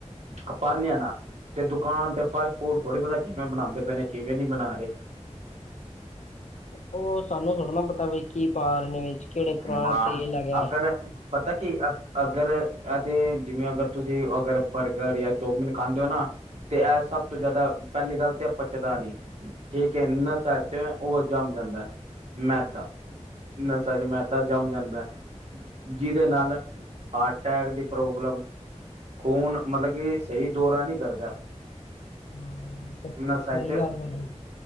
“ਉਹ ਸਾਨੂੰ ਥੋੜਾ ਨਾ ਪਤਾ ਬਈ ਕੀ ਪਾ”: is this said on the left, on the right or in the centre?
Left